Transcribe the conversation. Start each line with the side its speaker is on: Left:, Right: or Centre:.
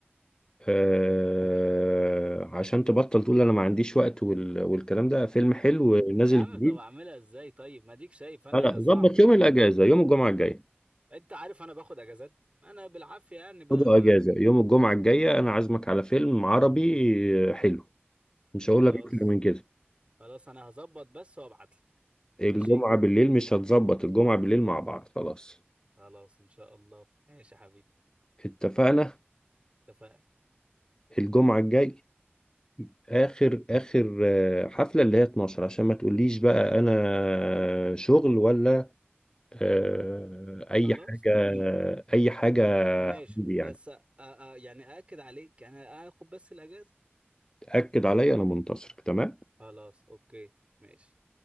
Left: آه، عشان تبطل تقول انا ما عنديش وقت وال... والكلام ده فيلم حلو نازل
Right: يا عم
Left: جديد
Right: طب اعملها ازاي طيب ما ديك شايف انا
Left: لا لا ظبط
Right: صعب انا
Left: يوم الاجازه يوم الجمعه الجايه
Right: انت عارف انا باخد اجازات انا بالعافيه يعني ب...
Left: خده
Right: ب...
Left: اجازه يوم الجمعه الجايه انا عازمك على فيلم عربي آه، حلو مش هقول
Right: خلاص
Left: لك اكتر من كده
Right: خلاص انا هظبط بس وابعت لك
Left: الجمعه
Right: ماشي
Left: بالليل مش هتظبط الجمعه بالليل مع بعض خلاص
Right: خلاص ان شاء الله ماشي يا حبيبي
Left: اتفقنا
Right: اتفقنا
Left: الجمعه الجاي اخر اخر آه، حفله اللي هي 12 عشان ما تقوليش بقى انا شغل ولا آه، اي
Right: خلاص
Left: حاجه
Right: ماشي
Left: اي حاجه
Right: م- ماشي
Left: عندي
Right: بس
Left: يعني
Right: أ... أ... يعني اكد عليك يعني اخد بس الاجازه
Left: تاكد عليا انا منتصرك تمام
Right: خلاص اوكي ماشي